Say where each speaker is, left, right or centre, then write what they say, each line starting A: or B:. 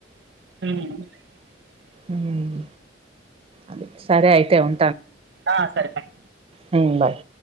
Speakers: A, on the right; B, on the right.
A: హ్మ్
B: హ్మ్ అదే సరే అయితే ఉం
A: ఆ సరే బయ్
B: హ్మ్ బాయ్